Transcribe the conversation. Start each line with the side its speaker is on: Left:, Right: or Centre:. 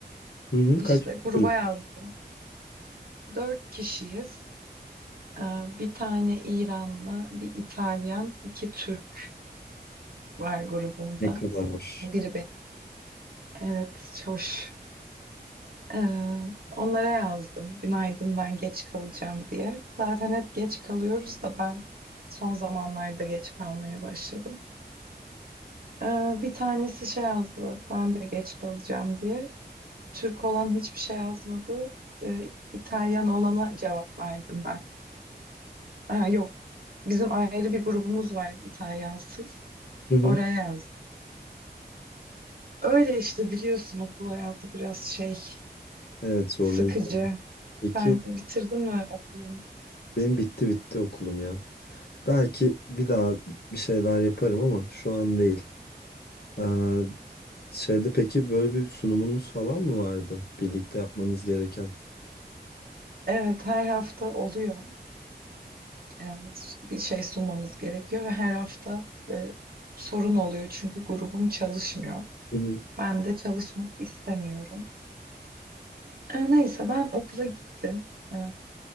Left: Hı hı,
Right: İşte
Left: kaç
Right: gruba
Left: grup?
Right: yazdım. Dört kişiyiz. Ee, Bir tane İranlı, bir İtalyan, iki Türk var grubumda.
Left: Ne kadar hoş.
Right: Biri benim. Evet, hoş. Ee, onlara yazdım. Günaydın ben geç kalacağım diye. Zaten hep geç kalıyoruz da ben son zamanlarda geç kalmaya başladım. Ee, bir tanesi şey yazdı. Ben de geç kalacağım diye. Türk olan hiçbir şey yazmadı. Ee, İtalyan olana cevap verdim ben. Ha, yok. Bizim ayrı bir grubumuz var İtalyansız.
Left: Hı hı.
Right: Oraya yazdım. Öyle işte biliyorsun okul hayatı biraz şey
Left: Evet zorlayıcı.
Right: sıkıcı.
Left: Peki
Right: Sen bitirdin mi okulunu?
Left: benim bitti bitti okulum ya. Belki bir daha bir şeyler yaparım ama şu an değil. Ee, Şeyde peki böyle bir sunumunuz falan mı vardı? Birlikte yapmanız gereken.
Right: Evet her hafta oluyor. Yani bir şey sunmamız gerekiyor ve her hafta e, sorun oluyor çünkü grubum çalışmıyor.
Left: Hı hı.
Right: Ben de çalışmak istemiyorum. E, neyse ben okula gittim. E,